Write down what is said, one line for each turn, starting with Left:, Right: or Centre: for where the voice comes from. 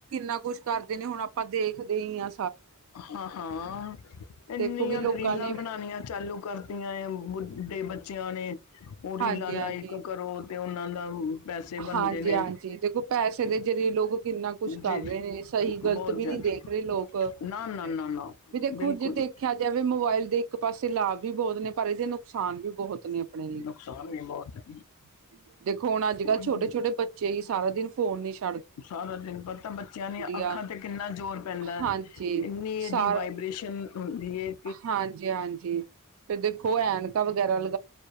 Right: ਨਾ ਕੁੱਛ ਕਰ ਨੇ ਹੁਣ ਆਪਾਂ ਦੇਖਦੇ ਹੀ ਆ।
Left: ਹਾਂ ਹਾਂ ਇੰਨੀਆਂ
Right: ਦੇਖੋ ਵੀ ਲੋਕਾਂ
Left: ਦਰੀਲਾਂ
Right: ਨੇ
Left: ਬਣਾਉਣੀਆਂ ਚਾਲੂ ਕਰ ਬੁਢੇ ਬੱਚਿਆਂ ਨੇ ਉਹ ਰੀਲਾਂ
Right: ਹਾਂਜੀ
Left: ਲਾਈਕ
Right: ਹਾਂਜੀ
Left: ਕਰੋ ਤੇ ਉਹਨਾਂ ਦਾ ਪੈਸੇ ਬਣਦੇ
Right: ਹਾਂਜੀ-
Left: ਨੇ
Right: ਹਾਂਜੀ ਦੇਖੋ ਪੈਸੇ ਦੇ ਜ਼ਰੀਏ ਲੋਕ ਕਿੰਨਾ ਕੁਛ
Left: ਜੇ
Right: ਕਰ ਰਹੇ ਨੇ ਸਹੀ
Left: ਬਹੁਤ
Right: ਗ਼ਲਤ ਵੀ
Left: ਜ਼ਿਆਦਾ
Right: ਨਹੀਂ ਦੇਖ ਵੇ ਲੋਕ <unintelligible>
Left: ਨਾ ਨਾ ਨਾ ਨਾ
Right: ਵੀ ਦੇਖੋ
Left: ਬਿਲਕੁਲ
Right: ਜੇ ਦੇਖ ਕੇਆ ਜਾਵੇ ਮੋਬਾਇਲ ਦੇ ਇੱਕ ਪਾਸੇ ਲਾਭ ਵੀ ਬਹੁਤ ਨੇ। ਪਰ ਇਹਦੇ ਨੁਕਸਾਨ ਵੀ ਬਹੁਤ ਨੇ ਆਪਣੇ ਲਈ।
Left: ਨੁਕਸਾਨ ਵੀ ਬਹੁਤ ਹੈ
Right: <unintelligible> ਦੇਖੋ ਹੁਣ ਅੱਜ-ਕੱਲ
Left: ਉਹੀ
Right: ਛੋਟੇ-ਛੋਟੇ ਬੱਚੇ ਹੀ ਸਾਰਾ ਦਿਨ ਫੋਨ ਨਈ ਛ
Left: ਸਾਰਾ ਦਿਨ ਪਤਾ ਬੱਚਿਆਂ ਦੀਆਂ ਅੱਖਾਂ
Right: ਆ
Left: ਤੇ ਕਿੰਨਾ ਜ਼ੋਰ ਪੈਂਦਾ ਏ।
Right: ਹਾਂਜੀ
Left: ਇੰਨੀ
Right: ਸਾਰ
Left: ਏਹਦੀ ਵਾਈਬ੍ਰੇਸ਼ਨ ਹੁੰਦੀ ਐ।
Right: ਹਾਂਜੀ ਹਾਂਜੀ ਫੇਰ ਦੇਖੋ ਐਨਕਾ ਵਗੈਰਾ ਲ